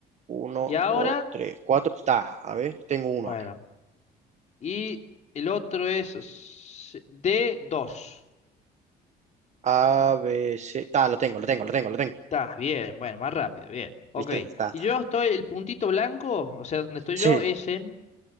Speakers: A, on the right; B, on the left.
A: Uno,
B: Y ahora,
A: dos, tres, cuatro. Está, a ver, tengo uno
B: bueno.
A: acá.
B: Y el otro es s- d dos,
A: A, B, C. Está, lo tengo, lo tengo, lo tengo, lo tengo.
B: Está, bien, bueno, más rápido, bien. Ok.
A: ¿Viste? Está, está,
B: Y yo
A: está.
B: estoy, el puntito blanco, o sea, donde estoy
A: Sí,
B: yo, es en